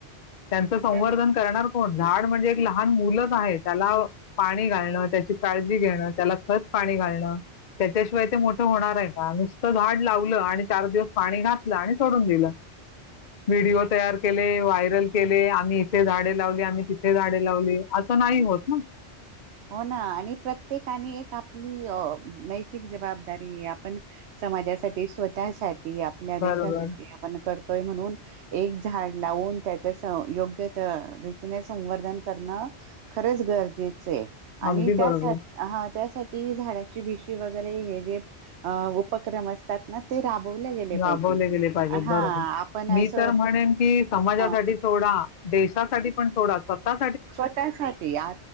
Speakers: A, on the left; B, on the right.
A: त्यांचं संवर्धन
B: त्यां
A: करणार कोण? झाड म्हणजे एक लहान मुलंच आहे त्याला पाणी घालणं त्याची काळजी घेणं त्याला खत पाणी घालणं त्याच्याशिवाय ते मोठं होणार आहे का नुसतं झाड लावलं आणि चार दिवस पाणी घातलं आणि सोडून दिलं व्हिडिओ तयार केले व्हायरल केले आम्ही इथे झाडे लावली आम्ही तिथे गाडी लावली असं नाही होत ना?
B: हो ना आणि प्रत्येकाने एक आपली नैतिक जबाबदारी आपण समाजासाठी स्वतःसाठी आपल्या देशासाठी
A: बरोबर.
B: आपण करतोय म्हणून एक झाड लावून त्याच योग्य रीतीने संवर्धन करणं खरंच गरजेचं आहे. आणि
A: अगदी
B: त्यासाठी
A: बरोबर.
B: हा त्यासाठी झाडाची भीशी वगैरे हे जे उपक्रम असतात ना ते. राबवले गेले
A: ह
B: पाहिजे.
A: बोलले गेले पाहिजेत.
B: हा
A: बरोबर
B: आपण
A: मी
B: असं
A: तर म्हणेन की समाजासाठी
B: म
A: सोडा देशासाठी पण सोडा स्वतः.
B: स्वतः साठी आ